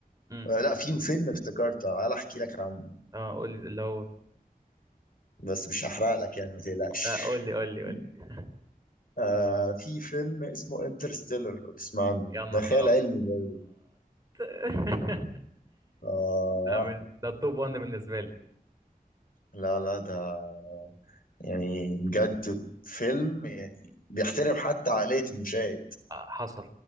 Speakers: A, on the right; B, on the left.
A: امم
B: آه، لا في فيلم افتكرته تعال احكي لك عنه
A: اه قول لي اللي هو
B: بس مش هحرق لك يعني ما تقلقش
A: اه قول لي قول لي قول
B: <laughs>
A: لي
B: آه في فيلم اسمه انترستيلر لو تسمع عنه
A: يا نهار
B: ده خيال
A: ابيض
B: علمي ده
A: <laughs>
B: اه
A: ده من- ده التوب 1 بالنسبه لي
B: لا لا ده يعني بجد فيلم يعني بيحترم حتى عقلية المشاهد
A: آه، حصل